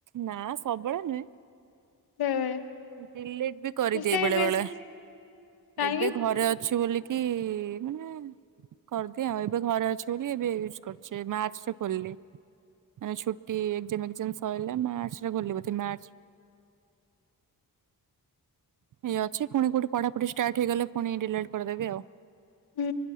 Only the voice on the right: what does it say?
ନା ସବୁବେଳେ ନୁହେଁ।
ଡିଲିଟ୍ ବି କରିଦିଏ
ବେଳେ
ବେଳେ
ଏବେ ଘରେ ଅଛି ବୋଲି କି ମାନେ କରିଦିଏ ଆଉ ଏବେ ଘରେ ଅଛି ବୋଲି ଏବେ ୟୁଜ କରୁଛି ମାର୍ଚ୍ଚ ରେ ଖୋଲିଲି। ମାନେ ଛୁଟି ଏଗଜାମ ବେଗଜାମ ସରିଲା ମାର୍ଚ୍ଚ ରେ ଖୋଲିଲି ବୋଧେ ମାର୍ଚ୍ଚ ଏଇ ଅଛି ପୁଣି କୋଉଠି ପଢା ପଢି ଷ୍ଟାର୍ଟ ହେଇ ଗଲେ ପୁଣି ଡିଲିଟ୍ କରିଦେବି ଆଉ।